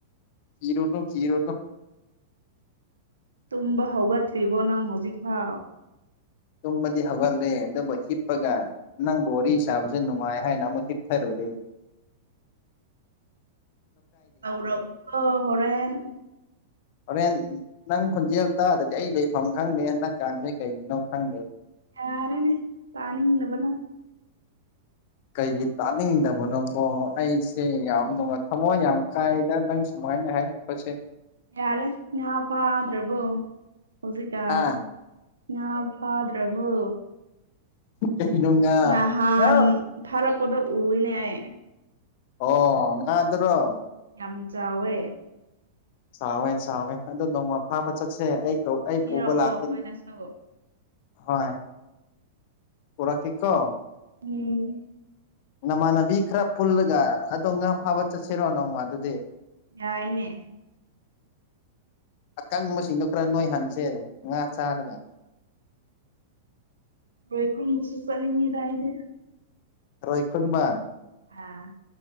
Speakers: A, on the left; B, on the right.
A: ꯀꯤꯔꯨꯅꯨ ꯀꯤꯔꯨꯅꯨ
B: ꯇꯨꯝꯕꯥ ꯍꯧꯒꯠꯇꯔꯤꯕꯣ ꯅꯪ ꯍꯧꯖꯤꯛꯐꯥꯎ
A: ꯇꯨꯝꯕꯗꯤ ꯍꯧꯒꯠꯂꯦ ꯑꯗꯨꯕꯨ ꯍꯤꯞꯄꯒ ꯅꯪ ꯕꯣꯔꯤ ꯁꯥꯕꯁꯦ ꯅꯨꯡꯉꯥꯏ ꯍꯥꯏꯅ ꯑꯃꯨꯛ ꯍꯥꯞꯊꯔꯨꯔꯦ <inaudible>
B: ꯇꯧꯔꯛꯑꯣ ꯍꯣꯔꯦꯟ
A: ꯍꯣꯔꯦꯟ ꯅꯪ ꯈꯣꯟꯖꯦꯜ ꯇꯥꯗꯗꯤ ꯑꯩ ꯂꯩꯐꯝ ꯈꯪꯗꯦ ꯍꯟꯗꯛ ꯀꯥꯟꯁꯦ ꯀꯩꯒꯤꯅꯣ ꯈꯪꯗꯦ
B: ꯌꯥꯔꯦꯅꯦ ꯇꯥꯅꯤꯡꯗꯕꯅ
A: ꯀꯩꯒꯤ ꯇꯥꯅꯤꯡꯗꯕꯅꯣꯀꯣ ꯑꯩꯁꯦ ꯌꯥꯝ ꯅꯨꯡꯉꯥꯏ ꯊꯝꯃꯣꯏ ꯌꯥꯝ ꯀꯥꯏꯗ ꯅꯪ ꯁꯨꯃꯥꯏꯅ ꯍꯥꯏꯔꯛ ꯄꯁꯦ
B: ꯌꯥꯔꯦ ꯉꯥ ꯐꯥꯗ꯭ꯔꯕꯣ ꯍꯧꯖꯤꯛꯀꯥꯟ
A: ꯑꯥ
B: ꯉꯥ ꯐꯥꯗ꯭ꯔꯕꯣ
A: ꯀꯩꯒꯤꯅꯣ ꯉꯥ
B: ꯅꯍꯥꯟ
A: ꯉꯥ
B: ꯊꯥꯔꯛꯄꯗꯣ ꯎꯋꯦꯅꯦ ꯑꯩ
A: ꯑꯣ ꯉꯥꯟꯗꯔꯣ
B: ꯌꯥꯝ ꯆꯥꯎꯋꯦ
A: ꯆꯥꯎꯋꯦ ꯆꯥꯎꯋꯦ ꯑꯗꯣ ꯅꯣꯡꯃ ꯐꯥꯕ ꯆꯠꯁꯦ ꯑꯩ ꯀꯧ ꯑꯩ
B: ꯄꯤꯔꯛꯑꯣ
A: ꯄꯨꯕ ꯂꯥꯛꯀꯅꯤ
B: ꯑꯩꯈꯣꯏꯗꯁꯨ
A: ꯍꯣꯏ ꯄꯨꯔꯛꯀꯦꯀꯣ
B: ꯎꯝ
A: ꯅꯃꯥꯟꯅꯕꯤ ꯈ꯭ꯔ ꯄꯨꯜꯂꯒ ꯑꯗꯣ ꯉꯥ ꯐꯥꯕ ꯆꯠꯁꯤꯔꯣ ꯅꯣꯡꯃ ꯑꯗꯨꯗꯤ
B: ꯌꯥꯏꯅꯦ
A: ꯑꯀꯪꯕꯁꯤꯡꯗꯣ ꯈꯔ ꯅꯣꯏꯍꯟꯁꯦ ꯉꯥ ꯆꯥꯔꯒ
B: ꯊ꯭ꯔꯣꯏ ꯈꯨꯟꯕꯁꯨ ꯆꯠꯅꯤꯡꯉꯤꯗ ꯑꯩꯗꯤ
A: ꯊꯔꯣꯏꯈꯨꯟꯕ
B: ꯑꯥ